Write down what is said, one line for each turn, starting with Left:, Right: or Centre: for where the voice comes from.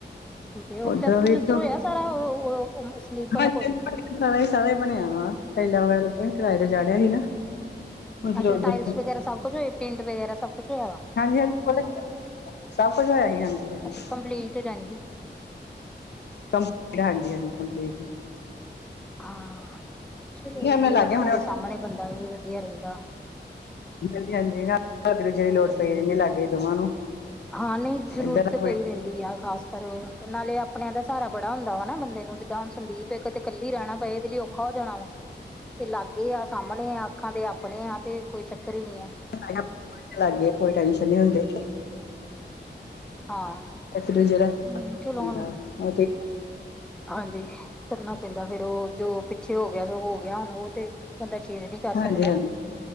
Centre: ਠੀਕ ਹੈ ਉਹ
Left: ਉੱਧਰ
Centre: ਪਲੱਸਤਰ ਪਲਸਤਰ
Left: ਵੀ ਇੱਥੋਂ
Centre: ਹੋਇਆ ਸਾਰਾ ਉਹ ਸਲੀਪ ਵਾਲਾ
Left: ਹਾਂਜੀ
Centre: ਪੋਸ਼ਣ।
Left: ਸਾਰਾ ਹੀ ਸਾਰਾ ਹੀ ਬਣਿਆ ਵਾ ਟਾਈਲ ਵਗੈਰਾ ਕਿਰਾਏ ਤੇ ਚਾੜਿਆ ਸੀ ਨਾ। ਹੁਣ ਫਿਰ
Centre: ਅੱਛਾ
Left: ਉੱਧਰ
Centre: ਟਾਈਲਸ ਵਗੈਰਾ ਸਭ ਕੁਛ ਹੋਏ ਪੇਂਟ ਵਗੈਰਾ ਸਭ ਕੁਛ ਹੋਇਆ ਵਾ।
Left: ਹਾਂਜੀ ਹਾਂਜੀ ਸਭ ਕੁਛ ਹੋਇਆ ਜੀ ਹਾਂਜੀ। ਹਾਂਜੀ
Centre: ਅੱਛਾ ਕੰਪਲੀਟ ਤੇ ਜਾਉਂਗੀ।
Left: ਕੰਪਲੀਟ ਹਾਂਜੀ ਹਾਂਜੀ ਕੰਪਲੀਟ।
Centre: ਹਾਂ ਚਲੋ ਵਧੀਆ
Left: ਮੈਂ ਲਾਗੇ
Centre: ਅੱਖਾਂ
Left: ਹੁਣੇ
Centre: ਦੇ ਸਾਹਮਣੇ ਬੰਦਾ ਵੀ ਵਧੀਆ ਰਹਿੰਦਾ।
Left: ਹਾਂਜੀ ਹਾਂਜੀ ਰਾਤ ਨੂੰ ਇੱਕ ਦੂਜੇ ਦੀ ਲੋੜ ਪੈ ਜਾਂਦੀ ਹੈ ਲਾਗੇ ਦੋਵਾਂ ਨੂੰ।
Centre: ਹਾਂ ਨਹੀਂ ਜਰੂਰਤ
Left: ਏਦਾਂ ਦਾ ਕੋਈ
Centre: ਪਈ ਰਹਿੰਦੀ ਆ ਖਾਸ ਕਰ ਨਾਲੇ ਆਪਣਿਆਂ ਦਾ ਸਹਾਰਾ ਬੜਾ ਹੁੰਦਾ ਵਾ ਨਾ ਬੰਦੇ ਨੂੰ। ਜਿਦਾਂ ਹੁਣ ਸੰਦੀਪ ਹੈ ਕਿਤੇ ਕੱਲੀ ਰਹਿਣਾ ਪਏ ਇਹਦੇ ਲਈ ਔਖਾ ਹੋ ਜਾਣਾ ਵਾ ਤੇ ਲਾਗੇ ਆ। ਸਾਹਮਣੇ ਆ ਅੱਖਾਂ ਤੇ ਆਪਣੇ ਆ ਤੇ ਕੋਈ ਚੱਕਰ ਹੀ ਨਹੀਂ ਹੈ।
Left: ਹੈਗਾ ਕੋਈ ਲਾਂਗੇ ਕੋਈ ਟੈਂਸ਼ਨ ਨੀ ਹੁੰਦੀ।
Centre: ਹਾਂ।
Left: ਇੱਕ ਦੂਜੇ ਦਾ ਸਾਥ
Centre: ਹਮ ਚਲੋ
Left: ਹੁੰਦਾ
Centre: ਹੁਣ
Left: ਵਾ ਹਨਾ ਜੀ।
Centre: ਹਾਂਜੀ ਕਰਨਾ ਪੈਂਦਾ ਫੇਰ ਉਹ ਜੋ ਪਿੱਛੇ ਹੋ ਗਿਆ ਜੋ ਹੋ ਗਿਆ ਹੁਣ ਉਹ ਤੇ ਬੰਦਾ ਚੇਂਜ ਨਹੀਂ। ਕਰ ਸਕਦਾ
Left: ਹਾਂਜੀ-ਹਾਂਜੀ,